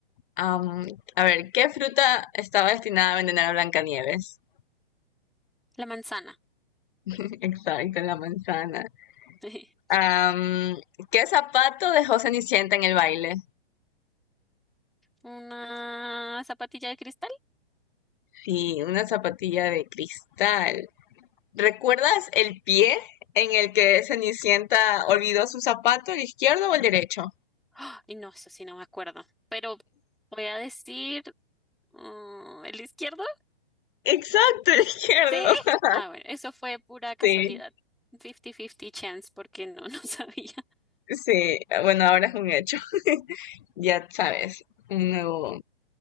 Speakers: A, on the left; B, in the centre.
A: Am, a ver, ¿qué fruta estaba destinada a envenenar a Blancanieves?
B: La manzana.
A: <laughs> Exacto, la manzana.
B: <laughs>
A: Am, ¿qué zapato dejó Cenicienta en el baile?
B: Una zapatilla de cristal.
A: Sí, una zapatilla de cristal. ¿Recuerdas el pie en el que Cenicienta olvidó su zapato, el izquierdo o el derecho?
B: <gasps> ¡Ah! Y no, eso sí no me acuerdo. Pero voy a decir mm, el izquierdo.
A: Exacto, el izquierdo.
B: Sí.
A: <laughs>
B: Ah, bueno, eso fue pura casualidad.
A: Sí,
B: 50-50 chance porque no, <laughs> no sabía.
A: sí, bueno, ahora es un hecho. <laughs> Ya sabes, un nuevo